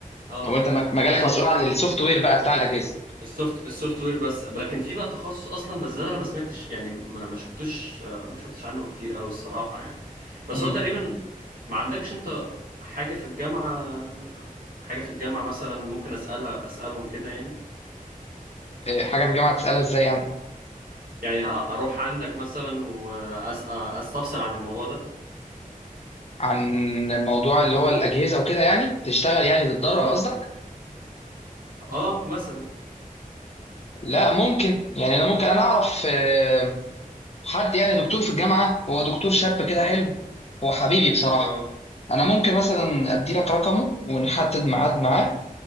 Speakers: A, on the right; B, on the left.
A: اه
B: هو انت مج- مجالك
A: بالظبط
B: مسؤول عن السوفت وير بقى بتاع الاجهزه
A: السوفت السوفت وير بس لكن في بقى تخصص اصلا بس ده انا ما سمعتش يعني ما, ما شفتوش آه، ما شفتش عنه كتير قوي الصراحه يعني بس
B: امم
A: هو تقريبا ما عندكش انت حاجه في الجامعه حاجه في الجامعه مثلا ممكن اسالها اسالهم كده يعني
B: إيه، حاجه في الجامعه تسالها ازاي يعني
A: يعني أ- اروح عندك مثلا واستفسر عن الموضوع ده
B: عن موضوع اللي هو الاجهزه وكده يعني تشتغل يعني تتدرب
A: اه
B: قصدك
A: اه مثلا
B: لا ممكن يعني انا ممكن انا اعرف آه، حد يعني دكتور في الجامعه هو دكتور شاب كده حلو هو حبيبي بصراحه
A: اه
B: انا ممكن مثلا ادي لك رقمه ونحدد ميعاد معاه